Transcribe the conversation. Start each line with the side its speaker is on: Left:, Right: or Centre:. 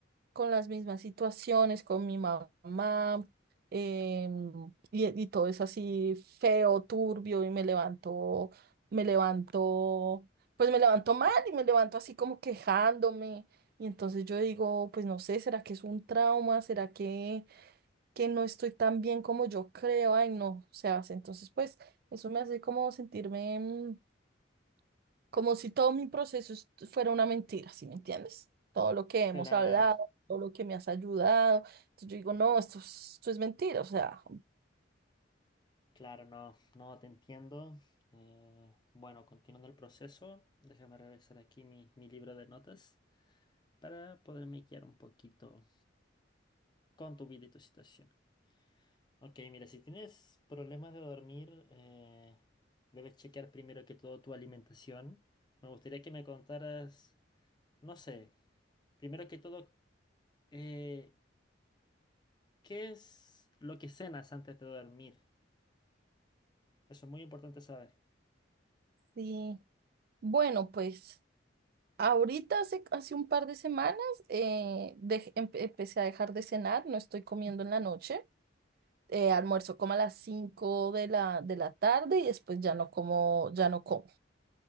Right: con las mismas situaciones, con mi mamá, em, y, y todo es así feo, turbio, y me levanto, me levanto, pues me levanto mal y me levanto así como quejándome. Y entonces yo digo, pues no sé, ¿será que es un trauma? ¿Será que, que no estoy tan bien como yo creo? Ay, no, o sea, entonces pues eso me hace como sentirme... em, como si todo mi proceso est- fuera una mentira, ¿sí me entiendes? Todo lo que hemos
Left: Claro,
Right: hablado, todo lo que me has ayudado. Entonces yo digo, no, esto es, esto es mentira, o sea,
Left: claro, no, no te entiendo. Eh, bueno, continuando el proceso, déjame revisar aquí mi, mi libro de notas para poderme guiar un poquito. con tu vida y tu situación. Ok, mira, si tienes problemas de dormir, eh, debes chequear primero que todo tu alimentación. Me gustaría que me contaras, no sé, primero que todo, eh, ¿qué es lo que cenas antes de dormir? Eso es muy importante saber.
Right: sí. Bueno, pues ahorita hace, hace un par de semanas eh, dej- empe- empecé a dejar de cenar, no estoy comiendo en la noche. Eh, almuerzo como a las 5 de la, de la tarde y después ya no como, ya no como.